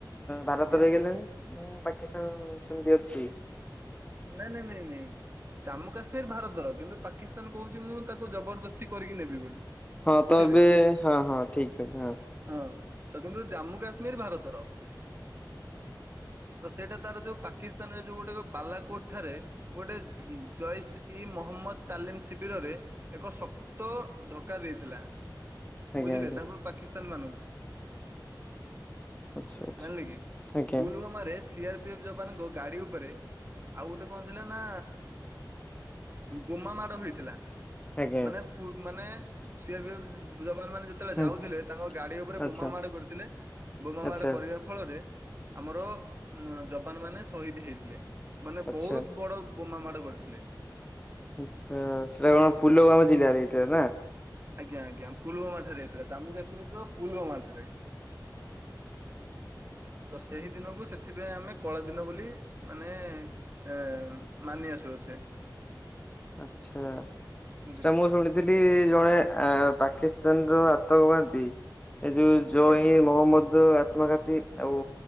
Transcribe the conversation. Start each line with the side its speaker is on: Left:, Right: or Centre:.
Left: ଭାରତରେଇଗଲେଣି
Right: ଆଜ୍ଞା
Left: ନା ପାକିସ୍ତାନ ସେମିତି ଅଛି?
Right: ନାଇଁ ନାଇଁ ନାଇଁ ନାଇଁ ଜାମ୍ମୁ କାଶ୍ମୀର ଭାରତର କିନ୍ତୁ ପାକିସ୍ତାନ କହୁଛି ମୁଁ ତାକୁ ଜବରଦସ୍ତି କରିକି ନେବି ବୋଲି।
Left: ହଁ
Right: ବୁଝିଲେ
Left: ତବେ ହଁ ହଁ ଠିକ କଥା ହଁ।
Right: ହଁ ତ କିନ୍ତୁ ଜାମ୍ମୁ କାଶ୍ମୀର ଭାରତର। ତ ସେଇଟା ତାର ଯୋଉ ପାକିସ୍ତାନ ଯୋଉ ଗୋଟେ ବାଲାକୋଟ ଠାରେ ଗୋଟେ ଜୟସୀ ଇ ମହମ୍ମଦ ତାଲିମ ଶିବିରରେ ଏକ ଶକ୍ତ ଧକା ଦେଇଥିଲା।
Left: ଆଜ୍ଞା
Right: ବୁଝିଲେ
Left: ଆଜ୍ଞା
Right: ତାଙ୍କୁ ପାକିସ୍ତାନୀ ମାନଙ୍କୁ?
Left: ଆଚ୍ଛା
Right: ଜାଣିଲେ କି
Left: ଆଚ୍ଛା
Right: ପୁଲୱାମରେ ସିଆର ପି ଏଫ ଯବାନଙ୍କ ଗାଡି ଉପରେ ଆଉ ଗୋଟେ କଣ ଥିଲା ନା ବୋମା ମାଡ ବି ହେଇଥିଲା।
Left: ଆଜ୍ଞା ଆଜ୍ଞା
Right: ମାନେ ପୁ ମାନେ ସି ଆର ପି ଏଫ ଯବାନମାନେ ଯେତୋଳେ
Left: ହୁଁ
Right: ଯାଉଥୁଲେ ତାଙ୍କ ଗାଡି ଓପରେ
Left: ଆଚ୍ଛା
Right: ବୋମା ମାଡ କରିଥିଲେ। ବୋମ ମାଡ଼
Left: ଆଚ୍ଛା
Right: କରିବା ଫଳରେ ଆମର ଯବାନ ମାନେ ସହିଦ ହେଇଥିଲେ। ମାନେ
Left: ଆଚ୍ଛା
Right: ବହୁତ ବଡ ବୋମା ମାଡ଼ କରିଥିଲେ।
Left: ଉଚ୍ଛା ସେଟା କଭ ପୁଲବାମ ଜିଲ୍ଲାରେ ହେଇଥିଲା ନା?
Right: ଆଜ୍ଞା ଆଜ୍ଞା ପୁଲୁବାମା ଠାରେ ହେଇଥିଲା ଜାମ୍ମୁ କାଶ୍ମୀରିର ପୁଲୁବାମା ଠାରେ। ତ ସେଇ ଦିନକୁ ସେଥିପାଇଁ ଆମେ କଳା ଦିନ ବୋଲି ମାନେ ଏ ମାନି ଆସୁଅଛେ।
Left: ଆଛା
Right: ବୁଝିଲେ
Left: ସେଟା ମୁଁ ଶୁଣିଥିଲି। ଥିଲି ଜଣେ ଆ ପାକିସ୍ତାନ ର ଆତଙ୍କବାଦୀ ଏ ଯୋଉ ଜଇ
Right: ଆଜ୍ଞା
Left: ମହମ୍ମଦ ଆତ୍ମଘାତୀ ଆଉ